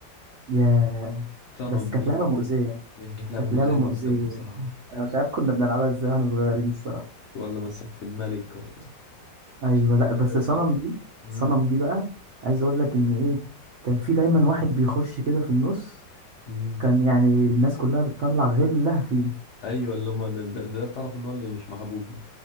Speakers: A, on the right; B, on the left.
A: يا
B: صنم
A: بس كانت
B: دي
A: لعبة مؤذية
B: كان هي كانت لعبه
A: كانت
B: مؤذيه
A: لعبة
B: جدا
A: مؤذية
B: بصراحه يعني
A: انا مش عارف كنا بنلعبها ازاي واحنا صغيرين الصراحة
B: ولا مسكت الملك ولا <laughs>
A: ايوه
B: مسكت
A: لا بس
B: الملك
A: صنم دي
B: مم.
A: صنم دي بقى عايز اقول لك ان ايه كان في دايما واحد بيخش كده في النص
B: مم.
A: كان يعني الناس كلها بتطلع غلها فيه
B: ايوه اللي هم ده, ده, ده تعرف ان هو اللي مش محبوب ده